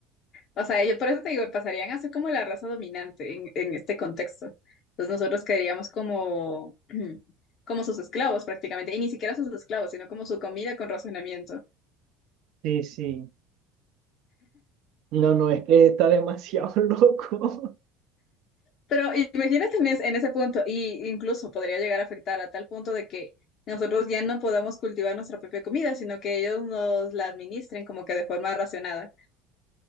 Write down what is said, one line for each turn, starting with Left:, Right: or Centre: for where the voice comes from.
Left: O sea, yo por eso te digo, pasarían a ser como la raza dominante en, en este contexto. Entonces nosotros quedaríamos como, <clears throat> como sus esclavos prácticamente, y ni siquiera sus esclavos, sino como su comida con razonamiento.
Right: Sí, sí. No, no, es que está demasiado <laughs> loco.
Left: Pero imagínate en, es- en ese punto, y incluso podría llegar a afectar a tal punto de que nosotros ya no podamos cultivar nuestra propia comida, sino que ellos nos la administren como que de forma racionada.